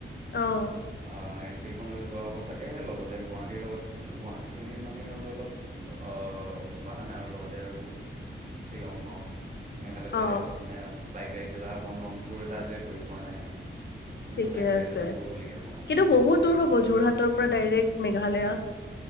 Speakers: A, on the left; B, on the right.
A: অহ।
B: অহ এনফিল্ডখন লৈ যোৱা হ'ব চাগে লগতে গুৱাহাটীৰ লগত গুৱাহাটীতটো এনেই মানে আৰু অলপ অহ, বাহানা আৰু লগতে আৰু শ্বিলং হওক মেঘালয়
A: অ
B: চাইডে অলপ মানে বাইক <unintelligible> অকণ লং টুৰ এটা আজিলৈ কৰি পোৱা নাই মানে। সেইকাৰণে
A: ঠিকে
B: বাইক ৰাইড
A: আছে
B: এটা কৰোঁ বুলিকে অকণমান
A: কিন্তু বহুত দূৰ হ'ব যোৰহাটৰ পৰা ডাইৰেক্ট। মেঘালয়া।